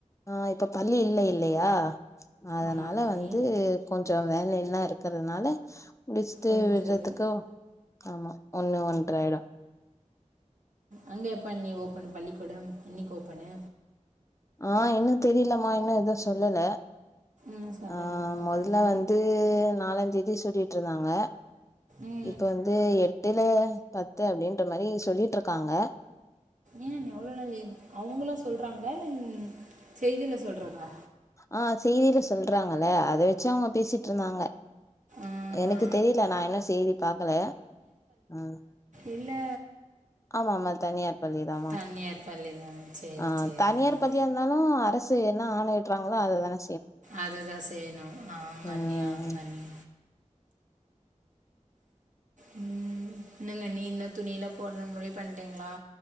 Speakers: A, on the left; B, on the right.
A: ஆ இப்ப பள்ளி இல்ல இல்லையா அதனால
B: ஆமாங்க அண்ணி
A: வந்து கொஞ்சோ வேல எல்லா இருக்கறதுனால முடிச்சுட்டு
B: கொஞ்சம்
A: விட்றதுக்கு
B: இல்லை
A: ஆமா ஒண்ணு ஒன்ற ஆயிடு
B: அங்க எப்ப இண்ணி ஓப்பன் பள்ளிக்கூடம் என்னிக்கு ஓப்பனு
A: ஆ இன்னு தெரிலமா இன்னு ஏவு சொல்லல
B: ம் சொல்லலைங்களா
A: ஆ மொதல
B: அண்ணி
A: வந்து நாலாந்தேதி சொல்லிட்ருந்தாங்க
B: ம்
A: இப்ப வந்து எட்டுல பத்து அப்டின்ற மாரி சொல்லிட்ருக்காங்க
B: ம் வ்ளோ நாள் லீவ் அவுங்களா சொல்றாங்களா இல்ல செய்தில சொல்றதா
A: ஆ செய்தில சொல்றாங்கல அத வச்சு அவுங்க பேசிட்ருந்தாங்க
B: ஆஹா
A: எனக்கு தெரில நா இன்னு செய்தி பாக்கல ம்
B: இல்ல
A: ஆமாமா தனியார் பள்ளி தாமா
B: தனியார் பள்ளி தான் சரி
A: ஆ
B: சரிங்க
A: தனியார்
B: அண்ணி
A: பத்தி தாலும் அரசு என்ன ஆணையிட்றாங்களோ அதுதான
B: அது தான் செயணு அவுங்கண்ணி
A: ம்
B: அவுங்கண்ணி ம் என்னங்கண்ணி என்ன துணிலா போட்னு முடிவு பண்ட்டீங்களா